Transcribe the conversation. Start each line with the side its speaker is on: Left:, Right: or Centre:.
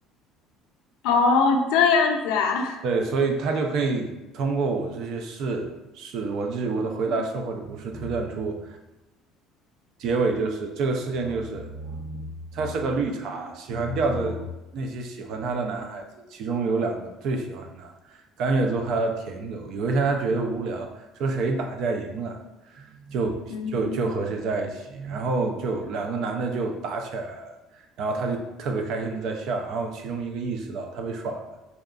Left: 哦，这样子啊，
Right: 对，所以他就可以通过我这些是是我这我的回答是或者不是推断出
Left: <laughs> 嗯
Right: 结尾就是这个事件就是他是个绿茶，喜欢吊着那些喜欢他的男孩子，其中有两个最喜欢他，甘愿做他的舔狗。有一天他觉得无聊，说谁打架赢了就就就和谁在一起，
Left: 嗯嗯
Right: 然后就两个男的就打起来了，然后他就特别开心的在笑，然后其中一个意识到他被耍了。